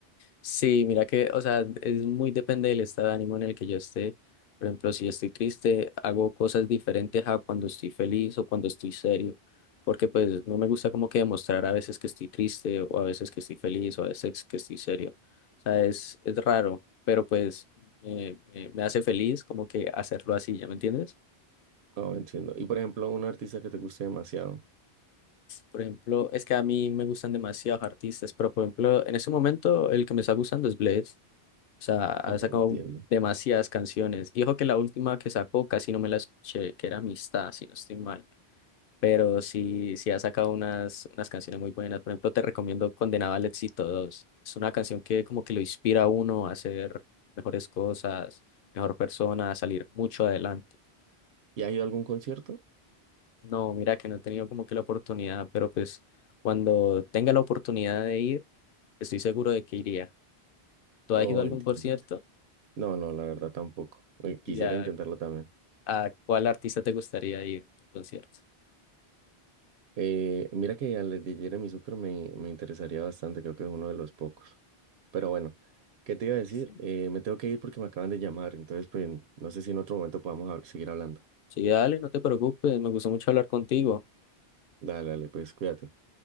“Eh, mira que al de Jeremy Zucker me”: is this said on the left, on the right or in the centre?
Right